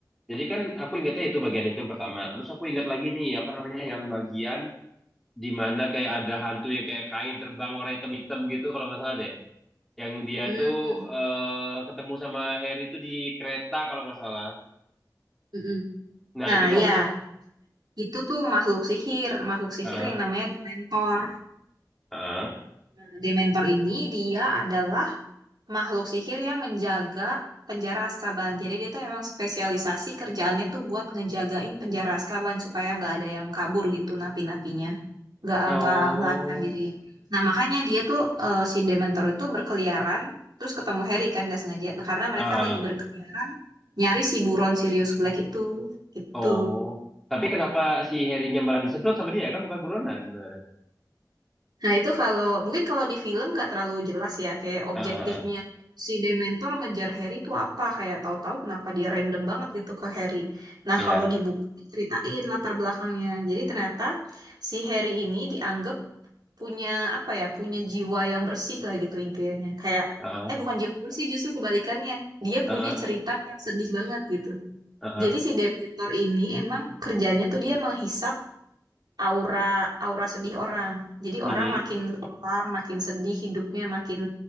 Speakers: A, in the centre; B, on the right.
A: Jadi kan aku ingatnya itu bagian itu yang pertama. Terus aku ingat lagi nih apa namanya yang bagian di mana kayak ada hantu yang kayak kain terbang warna hitam-hitam gitu kalau nggak salah deh. Yang dia
B: Hmm,
A: tuh eh, ketemu sama Harry itu di kereta kalau nggak salah.
B: mm-mm.
A: Nah
B: Nah
A: itu tuh
B: ya,
A: apa sih?
B: itu tuh makhluk sihir, makhluk sihir
A: Ah,
B: yang namanya Dementor.
A: ah,
B: Nah, Dementor ini dia adalah makhluk sihir yang menjaga penjara Azkaban. Jadi dia tuh memang spesialisasi kerjaannya tuh buat ngejagain penjara Azkaban supaya nggak ada yang kabur gitu napi-napinya. Nggak
A: oh,
B: nggak melarikan diri. Nah makanya dia tuh eh, si Dementor itu berkeliaran terus ketemu Harry kan gak sengaja karena mereka
A: ah,
B: lagi berkeliaran nyari si buron Sirius Black itu gitu.
A: oh. Tapi kenapa si Harry-nya malah disedot sama dia? ya? Kan bukan buronan sebenarnya.
B: Nah, itu kalau mungkin kalau di film gak terlalu jelas ya kayak objektifnya
A: Ah, ah, ah.
B: si Dementor ngejar Harry itu apa kayak tahu-tahu kenapa dia random banget gitu ke Harry. Nah,
A: iya.
B: kalau di buku ceritain latar belakangnya. Jadi ternyata si Harry ini dianggap punya apa ya, punya jiwa yang bersih lah gitu intinya. Kayak
A: Ah,
B: eh bukan jiwa bersih justru kebalikannya. Dia
A: ah.
B: punya
A: ah.
B: cerita yang sedih banget gitu.
A: Heeh,
B: Jadi si Dementor ini emang kerjanya tuh dia menghisap aura aura sedih orang. Jadi
A: mhm,
B: orang makin kelam, makin sedih hidupnya, makin